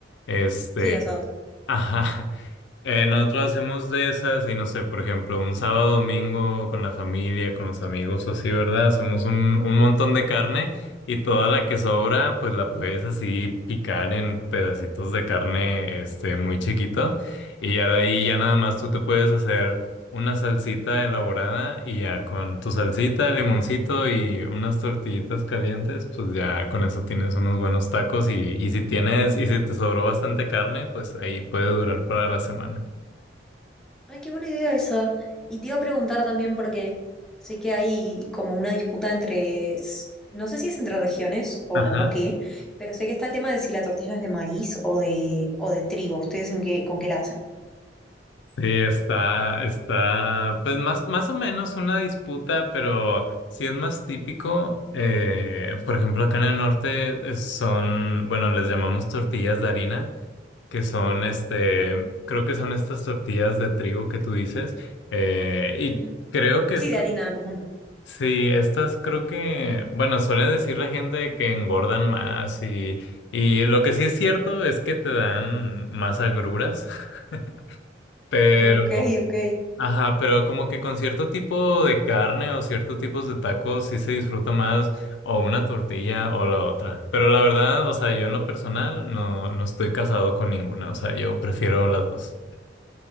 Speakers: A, on the left; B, in the centre.
A: Este,
B: Sí, asado.
A: <laughs> ajá. Eh, nosotros hacemos de esas y no sé, por ejemplo, un sábado, domingo con la familia, con los amigos o así, ¿verdad? Hacemos un, un montón de carne y toda la que sobra, pues la puedes así picar en pedacitos de carne, este, muy chiquito y ya de ahí ya nada más tú te puedes hacer una salsita elaborada y ya con tu salsita, limoncito y unas tortillitas calientes, pues ya con eso tienes unos buenos tacos y, y si tienes, y si te sobró bastante carne, pues ahí puede durar para la semana.
B: Ay, qué buena idea esa. Y te iba a preguntar también porque sé que hay como una disputa entre, s- no sé si es entre regiones o,
A: Ajá.
B: o qué, pero sé que está el tema de si la tortilla es de maíz o de, o de trigo. ¿Ustedes en qué, con qué la hacen?
A: Sí, está, está, pues más, más o menos una disputa, pero si es más típico, eh, por ejemplo, acá en el norte eh, son, bueno, les llamamos tortillas de harina que son este, creo que son estas tortillas de trigo que tú dices. eh, y
B: Ujú.
A: creo que
B: Sí,
A: estas,
B: de harina común.
A: sí, estas creo que, bueno, suele decir la gente que engordan más y, y lo que sí es cierto es que te dan más agruras, <laughs> pero,
B: Ok, ok.
A: ajá, pero como que con cierto tipo de carne o ciertos tipos de tacos sí se disfruta más o una tortilla o la otra. Pero la verdad, o sea, yo en lo personal no, no estoy casado con ninguna, o sea, yo prefiero las dos.